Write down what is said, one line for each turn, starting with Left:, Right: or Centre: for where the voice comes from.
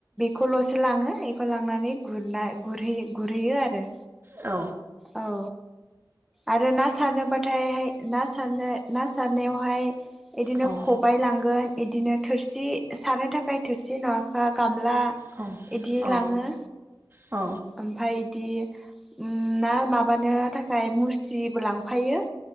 Centre: खौल'सो लाङो खो लांनानै गुरना गुरहैयो गुरहैयो आरो।
Right: औ
Centre: औ आरो ना सारनोबाथायहाय ना सारनो ना सारनायावहाय इदिनो
Right: औ
Centre: खबाइ लांगोन इदिनो थोरसि सारनो थाखाय थोरसि नङाबा गामला
Right: औ
Centre: इदि
Right: औ
Centre: लाङो।
Right: औ
Centre: ओमफ्राय इदि उम ना माबानो थाखाय मुस्रिबो लांफायो।